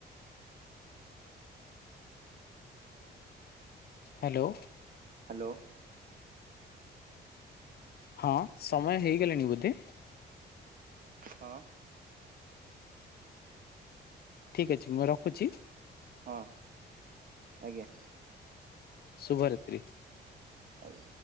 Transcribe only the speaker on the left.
ହ୍ୟାଲୋ।
ହଁ ସମୟ ହେଇଗଲେଣି ବୋଧେ?
ଠିକ ଅଛି ମୁଁ ରଖୁଛି।
ସୁୁଭରାତ୍ରୀ।